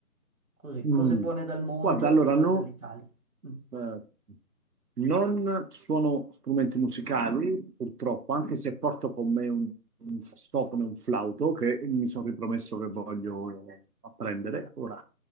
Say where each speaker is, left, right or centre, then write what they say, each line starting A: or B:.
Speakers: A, on the right (about 60°); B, on the right (about 85°).
A: così,
B: Mm.
A: cose buone dal mondo
B: Guarda, allora
A: oppure
B: non,
A: dall'Italia. Mm,
B: eh, non suono strumenti musicali, purtroppo, anche se porto con me un, un sassofono e un flauto che mi sono ripromesso che voglio eh, apprendere. Ora,